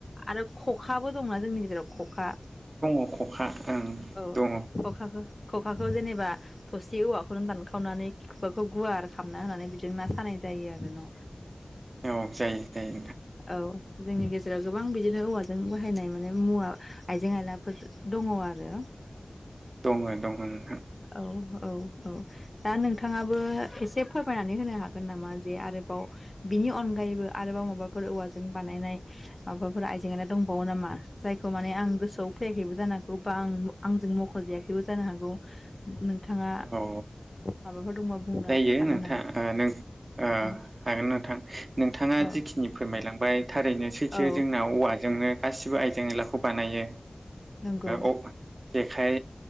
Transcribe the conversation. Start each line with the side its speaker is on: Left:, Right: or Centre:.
Left: आरो खखाबो दंना जोंनि गेजेराव खखा
Right: औ खखा दङ खखा ओं
Left: औ
Right: दङ
Left: खखाखौ खखाखौ जेनेबा थसे औवाखौनो दानखावनानै खुगाखौ गुवार खालामामना होनानै बेजों ना सानाय जायो आरो न'।
Right: औ जायो जायो।
Left: औ। जोंनि गेजेराव गोबां बिदिनो औवाजों बाहायनाय माने मुवा आइजें आयलाफोर दङ' आरो।
Right: दङ' दङ' नोंथां।
Left: औ औ औ दा नोंथांङाबो एसे फोरमायनानै होनो हागोन नामा जे आरोबाव बिनि अनगायैबो आरोबाव माबा फोर औवाजों बानायनाय माबाफोर आइजें आइला दंबावो नामा जायखौ माने आं गोसोआव फैयाखैबो जानो आंखौ बा आंजों मख'जायाखैबो जानो हागौ। नोंथांआ
Right: औ
Left: माबाफोर दंबा बुंनो
Right: जायो
Left: हागोन
Right: नोंथां
Left: नामा?
Right: ओ नं ओ
Left: औ
Right: हागोन नोंथां नोंथाङा
Left: औ
Right: जिखिनि फोरमायलांबाय थारैनो सैथो
Left: औ
Right: जोंना औवाजोंनो गासिबो आयजें आयलाखौ बानायो।
Left: नंगौ
Right: ओ अ जेखाय